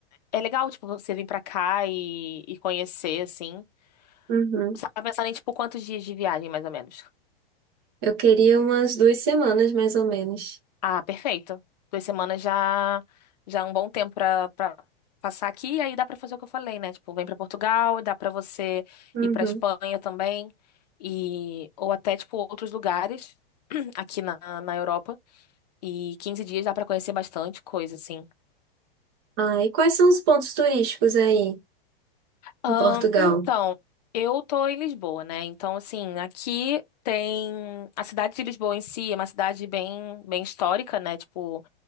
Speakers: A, on the left; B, on the right.
A: é legal, tipo, você vir pra cá e, e conhecer, assim.
B: Uhum.
A: Você tá pensando em, tipo, quantos dias de viagem, mais ou menos?
B: Eu queria umas duas semanas, mais ou menos.
A: Ah, perfeito. Duas semanas já já é um bom tempo pra para passar aqui e aí dá pra fazer o que eu falei, né? Tipo, vem pra Portugal, dá pra você
B: Uhum.
A: ir pra Espanha também e ou até tipo outros lugares <clears throat> aqui na, na Europa e 15 dias dá pra conhecer bastante coisa assim.
B: Ah, e quais são os pontos turísticos aí
A: Ahn,
B: em Portugal?
A: então, eu tô em Lisboa, né? Então, assim, aqui tem a cidade de Lisboa em si, é uma cidade bem bem histórica, né? Tipo